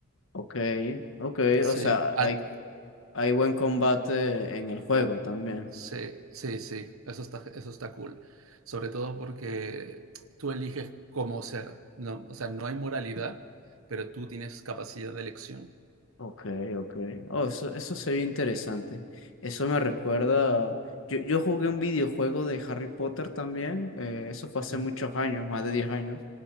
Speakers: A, on the left; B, on the right.
A: ok, ok,
B: Sí,
A: o sea,
B: ah,
A: hay, hay buen combate en el juego también.
B: sí, sí, sí, eso está, eso está cool. Sobre todo porque tú eliges cómo ser, ¿no? O sea, no hay moralidad, pero tú tienes capacidad de elección.
A: Ok, ok. Oh, eso, eso se ve interesante. Eso me recuerda. Yo, yo jugué un videojuego de Harry Potter también. eh, eso fue hace
B: Ujú,
A: muchos años, más de 10 años.